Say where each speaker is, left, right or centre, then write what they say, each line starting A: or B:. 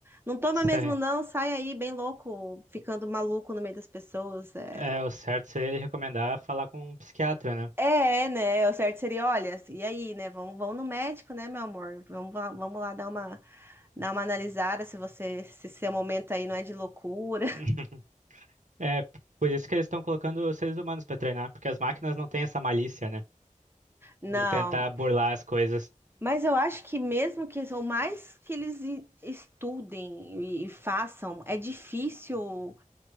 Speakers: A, on the right; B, on the right.
A: não toma
B: Sim.
A: mesmo, não. Sai aí bem louco, ficando maluco no meio das pessoas. É,
B: É, o certo seria ele recomendar falar com um psiquiatra, né?
A: é, é, né? é, O certo seria, olha, e aí, né? Vamos, vamos no médico, né, meu amor? Vamos, lá- vamos lá dar uma, dar uma analisada se você, se seu momento aí não é de loucura. <laughs>
B: <laughs> É p- por isso que eles estão colocando os seres humanos para treinar, porque as máquinas não têm essa malícia, né?
A: Não.
B: De tentar burlar as coisas.
A: Mas eu acho que mesmo que, ou mais que eles i- estudem e, e façam, é difícil